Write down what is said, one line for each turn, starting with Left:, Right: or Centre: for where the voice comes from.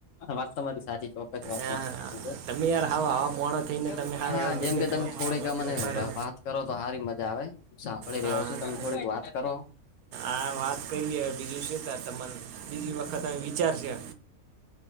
Left: વાત તમારી સાચી ચોક્કસ વાત
Right: હા,
Left: તમારી સાચી છે.
Right: તમે યાર હાવ આવા મોણો થઈને
Left: <unintelligible>
Right: તમે હાવ
Left: હા
Right: એવા ભેગા
Left: જેમ કે
Right: થઈને
Left: તમે થોડીક મને
Right: અરે,
Left: વાત કરો તો સારી મજા આવે સા મળી
Right: હા
Left: રહ્યો છો તમે થોડીક વાત કરો.
Right: આ વાત કરીએ બીજું છે ત તને બીજી વખત વિચાર છે.